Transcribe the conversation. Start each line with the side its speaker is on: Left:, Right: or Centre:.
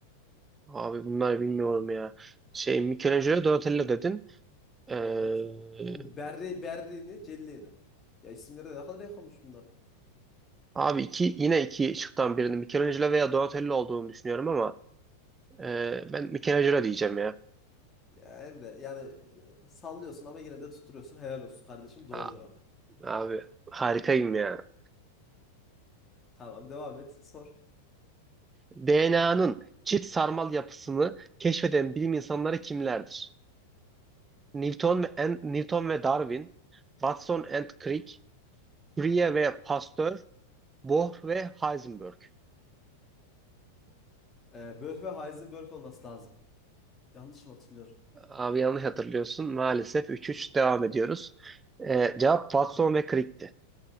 Right: Abi bunlar bilmiyorum ya. Şey Michelangelo Donatello dedin. Ee,
Left: Evet. Berri, Berrini, Celle'ni. Ya isimleri de ne kadar yakınmış bunlar.
Right: abi iki yine iki şıktan birini Michelangelo veya Donatello olduğunu düşünüyorum ama e, ben Michelangelo diyeceğim ya.
Left: Ya Emre yani e, sallıyorsun ama yine de tutturuyorsun. Helal olsun kardeşim. Doğru
Right: Aa,
Left: cevap.
Right: abi harikayım ya.
Left: Tamam devam et. Sor.
Right: DNA'nın çift sarmal yapısını keşfeden bilim insanları kimlerdir? Newton ve, and, Newton ve Darwin, Watson and Crick, Curie ve Pasteur, Bohr ve Heisenberg.
Left: Ee, Böf ve Heisenberg olması lazım. Yanlış mı hatırlıyorum?
Right: Abi yanlış hatırlıyorsun. Maalesef 3-3 devam ediyoruz. Ee, cevap Watson ve Crick'ti.